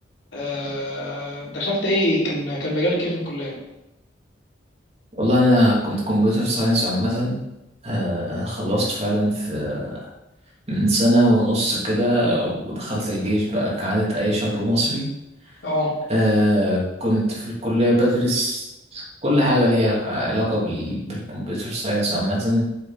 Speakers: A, on the left (about 75°); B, on the right (about 35°).
A: أه دخلت ايه؟ كان كان مجالك ايه في الكلية؟
B: والله انا كنت كمبيوتر ساينس عامه آه، خلصت فعلا في من سنه ونص كده ودخلت الجيش بقى كعاده اي شاب مصري
A: اه
B: آه، كنت في الكليه بدرس كل حاجه ليها علاقه بال- بالكمبيوتر ساينس عامه